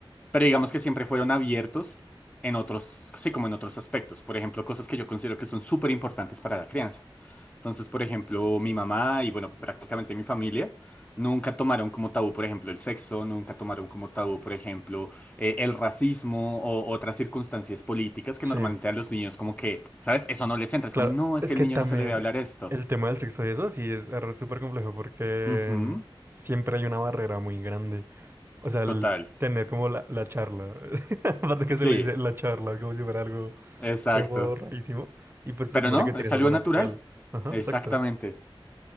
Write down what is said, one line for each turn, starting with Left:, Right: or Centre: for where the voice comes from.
Left: Pero digamos que siempre fueron abiertos en otros, sí, como en otros aspectos. Por ejemplo, cosas que yo considero que son súper importantes para la crianza. Entonces, por ejemplo, mi mamá y, bueno, prácticamente mi familia nunca tomaron como tabú, por ejemplo, el sexo, nunca tomaron como tabú, por ejemplo, eh, el racismo o otras circunstancias políticas que
Right: Sí.
Left: normalmente a los niños como que, ¿sabes? Eso no les entra. Es
Right: Claro,
Left: como, no, es
Right: es
Left: que
Right: que
Left: el niño
Right: también
Left: no se le debe hablar esto.
Right: el tema del sexo y eso sí es re- súper complejo porque
Left: Ujú,
Right: mm, siempre hay una barrera muy grande. O sea, el
Left: total.
Right: tener como la, la charla, <laughs> aparte que se
Left: Sí,
Right: le dice la charla, como si fuera algo
Left: exacto.
Right: como rarísimo, y pues se
Left: Pero
Right: supone
Left: no,
Right: que tienes
Left: es algo
Right: algo natural.
Left: natural.
Right: Ajá,
Left: Exactamente.
Right: exacto.